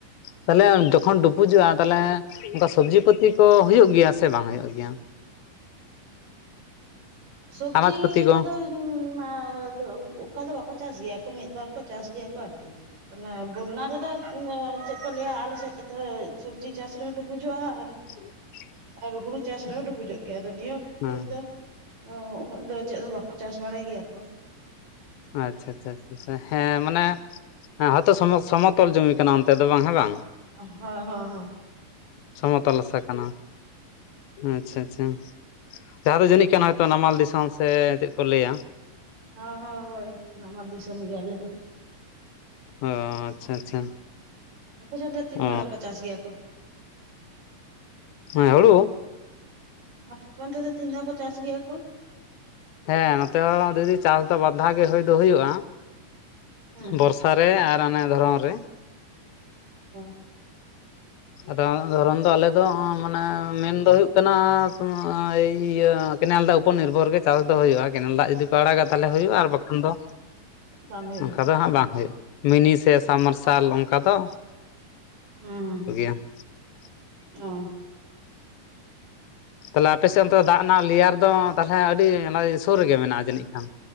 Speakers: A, on the left; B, on the right.
A: ᱛᱟᱦᱞᱮ ᱡᱚᱠᱷᱚᱱ ᱰᱩᱵᱩ ᱵᱩᱡᱩᱜᱼᱟ ᱛᱟᱦᱚᱞᱮ ᱚᱱᱠᱟ ᱥᱚᱵᱽᱡᱤ ᱯᱟᱹᱛᱤ ᱠᱚ ᱦᱩᱭᱩᱜ ᱜᱮᱭᱟ ᱥᱮ ᱵᱟᱝ ᱦᱩᱭᱩᱜ ᱜᱮᱭᱟ
B: ᱥᱚᱵᱡᱤ
A: ᱟᱱᱟᱡᱽ ᱯᱟᱹᱛᱤ ᱠᱚ
B: ᱠᱚᱫᱚᱧ ᱤᱧᱢᱟ ᱚᱱᱠᱟ ᱫᱚ ᱵᱟᱠᱚ ᱪᱟᱥ ᱜᱮᱭᱟ ᱠᱚ ᱢᱤᱫᱵᱟᱨ ᱠᱚ ᱪᱟᱥ ᱜᱮᱭᱟ ᱠᱚ ᱟᱨᱠᱤ ᱵᱚᱱᱱᱟ ᱨᱮᱫᱚ ᱪᱮᱫ ᱜᱮᱭᱟᱟ ᱟᱞᱮ ᱥᱮᱫ ᱫᱚ ᱥᱚᱵᱡᱤ ᱪᱟᱥ ᱨᱮᱦᱚᱸ ᱰᱩᱵᱩᱡᱩᱜᱼᱟ ᱟᱨ
A: ᱻ
B: ᱟᱨ ᱦᱩᱲᱩ ᱪᱟᱥ ᱨᱮᱦᱚᱸ ᱰᱩᱵᱩᱡᱚᱜ ᱜᱮᱭᱟ ᱟᱫᱚ ᱱᱤᱭᱟᱹ ᱜᱷᱟᱹᱲᱤᱡ
A: ᱦᱮᱸ
B: ᱫᱚ ᱚ ᱩᱱᱟᱹᱜ ᱫᱚ ᱪᱮᱫ ᱦᱚᱸ ᱵᱟᱠᱚ ᱪᱟᱥ ᱵᱟᱲᱟᱭ ᱜᱮᱭᱟ ᱠᱚ
A: ᱟᱪᱪᱷᱟ ᱟᱪᱪᱷᱟ ᱟ ᱦᱮᱸ ᱢᱟᱱᱮ ᱦᱮᱸ ᱦᱚᱸ ᱛᱚ ᱥᱚᱢᱚᱛᱚᱞ ᱡᱚᱢᱢᱤ ᱠᱟᱱᱟ ᱚᱱᱟᱛᱮ ᱫᱚ ᱵᱟᱝ ᱦᱮᱸ ᱵᱟᱝ
B: ᱦᱚᱸ ᱦᱚᱸ ᱦᱚᱸ
A: ᱥᱚᱢᱚᱛᱚᱞ ᱟᱥᱟ ᱠᱟᱱᱟ ᱟᱪᱪᱷᱟ ᱟᱪᱪᱷᱟ ᱡᱟᱦᱟᱸ ᱫᱚ ᱡᱟᱹᱱᱤᱡ ᱠᱟᱱ ᱦᱚᱭᱛᱳ ᱱᱟᱢᱟᱞ ᱫᱤᱥᱚᱢ ᱥᱮ ᱪᱮᱫ ᱠᱚ ᱞᱮᱭᱟ
B: ᱦᱚ ᱦᱚ ᱦᱳᱭ ᱱᱟᱢᱟᱞ ᱫᱤᱥᱚᱢ ᱜᱮ ᱟᱞᱮ ᱫᱚ
A: ᱚ ᱟᱪᱪᱷᱟ ᱟᱪᱪᱷᱟ
B: ᱟᱯᱮ ᱥ ᱫᱚ ᱛᱤᱱ
A: ᱚ
B: ᱵᱮᱲᱟ ᱠᱚ ᱪᱟᱥ ᱜᱮᱭᱟ ᱠᱚ
A: ᱦᱮᱸ ᱦᱲᱩ
B: ᱦᱮ ᱟᱯᱚᱱ ᱛᱮᱫᱚ ᱛᱤᱱ ᱫᱷᱟᱣ ᱠᱚ ᱪᱟᱥ ᱜᱮᱭᱟ ᱠᱚ
A: ᱦᱮᱸ ᱱᱚᱛᱮ ᱦᱚᱸ ᱫᱤ ᱫᱤ ᱪᱟᱥ ᱫᱚ ᱵᱟᱟᱨᱫᱷᱟᱣ ᱜᱮ ᱦᱩᱭ ᱫᱚ ᱦᱩᱭᱩᱜᱼᱟ
B: ᱦᱩᱸ
A: ᱵᱚᱨᱥᱟ ᱨᱮ ᱟᱨ ᱚᱱᱮ ᱫᱷᱚᱨᱚᱱ ᱨᱮ
B: ᱚ
A: ᱟᱫᱚ ᱫᱷᱚᱨᱚᱱ ᱫᱚ ᱟᱞᱮ ᱫᱚ ᱢᱟᱱᱮ ᱢᱮᱱᱫᱚ ᱦᱩᱭᱩᱜ ᱠᱟᱱᱟᱭ ᱤᱭᱟᱹ ᱠᱮᱱᱮᱞ ᱫᱟᱜ ᱩᱯᱚᱨ ᱱᱤᱨᱵᱷᱚᱨ ᱜᱮ ᱪᱟᱥ ᱫᱚ ᱦᱩᱭᱩᱜᱼᱟ ᱠᱮᱱᱮᱞ ᱫᱟᱜ ᱡᱩᱫᱤ ᱠ ᱟᱲᱟᱜᱟ ᱛᱟᱦᱚᱞᱮ ᱦᱩᱭᱩᱜᱼᱟ ᱟᱨ ᱵᱟᱠᱷᱟᱱ ᱫᱚ
B: ᱵᱟᱝ ᱦᱩᱭᱩᱜᱼᱟ
A: ᱚᱱᱠᱟ ᱫᱚ ᱦᱟᱸᱜ ᱵᱟᱝ ᱦᱩᱭᱩᱜᱼᱟ ᱢᱤᱱᱤ ᱥᱮ ᱥᱟᱵ ᱢᱟᱨᱥᱟᱞ ᱚᱱᱠᱟ ᱫᱚ
B: ᱦᱩᱸᱸ
A: <unintelligible>
B: ᱚᱸ
A: ᱛᱟᱦᱚᱞᱮ ᱟᱯᱮ ᱥᱮᱫ ᱚᱱᱛᱮ ᱫᱟᱜ ᱨᱮᱱᱟᱜ ᱞᱮᱭᱟᱨ ᱫᱚ ᱛᱟᱦᱚᱞᱮ ᱟᱹᱰᱤ ᱥᱩᱨ ᱨᱮᱜᱮ ᱢᱮᱱᱟᱜᱼᱟ ᱡᱟᱹᱱᱤᱡ ᱠᱷᱟᱱ